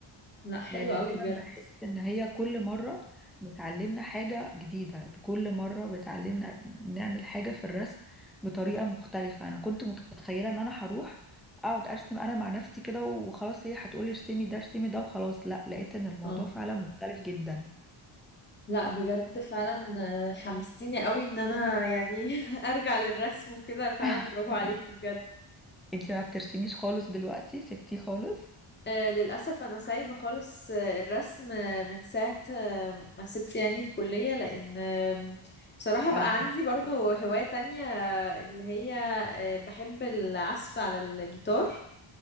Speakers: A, on the left; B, in the centre.
A: لا حلو
B: لان دايما
A: قوي بجد
B: بحس ان هي كل مره بتعلمنا حاجه جديده كل مره بتعلمنا نعمل حاجه في الرسم بطريقه مختلفه انا كنت متخيله ان انا هروح اقعد ارسم انا مع نفسي كده وخلاص هي هتقولي ارسمي ده ارسمي ده وخلاص لا لقيت ان الموضوع
A: اه
B: فعلا مختلف جدا
A: لا بجد فعلا آه، حمستيني قوي ان انا يعني <laughs> ارجع للرسم وكده فعلا
B: <laughs>
A: برافو عليكي بجد
B: انتي ما بترسميش خالص دلوقتي سبتيه خالص
A: آه، للأسف أنا سايبة خالص آه، الرسم آه، من ساعة آه، ما سبت يعني الكلية لأن آم، بصراحة بقى
B: اه
A: عندي برضو هواية تانية آه، اللي هي آه، بحب العزف على الجيتار